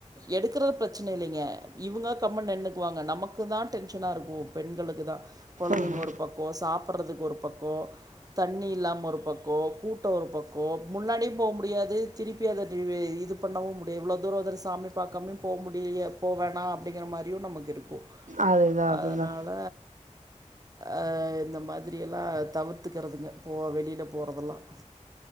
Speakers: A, on the right; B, on the right.
A: எடுக்கரது பிரச்சனை இல்லைங்க இவங்க கம்முன் நின்னுக்குவாங்க நமக் நமக்கு தான் டென்ஷனா இருக்கும் பெண்களுக்கு தான் கொழந்தைங்க
B: ஆமா
A: ஒரு பக்கம் சாப் சாப்றதுக்கு ஒரு பக்கம் தண்ணி இல்லாம ஒரு பக்கம் கூட்டம் ஒரு பக்கம் முன்னாடியும் போக முடியாது திருப்பியத <unintelligible> <unintelligible> இது பண்ணவும் முடியும் இவ்வளோ தூரம்வந்து சாமிக் பார்க்காமயும் போக முடிய போ வேணாம் அப்படிங்கிற மாதிரியும் நமக்கு இருக்கும்
B: அதுதா அதுதா
A: அதனால அண்ணா இந்த மாதி மாதிரியல்லாம் தவிர்த்துக்கிறதுங்க போ வெளியில போறதெல்லாம்